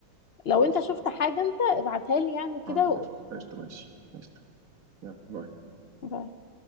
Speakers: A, on the left (about 60°); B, on the right (about 50°).
A: لو
B: خلاص
A: انت شفت حاجة انت ابعتها لي يعني
B: اه
A: كده وقول
B: ده قشطه ماشي قشطه يلا باي
A: <laughs>